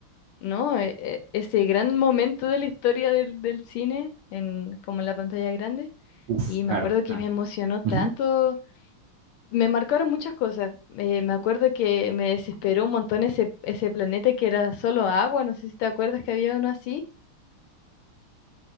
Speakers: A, on the left (about 80°); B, on the right (about 70°).
A: ¿no? E- e- ese gran momento de la historia del, del cine, en, como en la pantalla grande.
B: uf,
A: Y
B: claro,
A: me acuerdo que
B: claro.
A: me emocionó tanto,
B: Ujú.
A: me marcaron muchas cosas. Eh, me acuerdo que me desesperó un montón ese, ese planeta que era solo agua, no sé si te acuerdas que había uno así.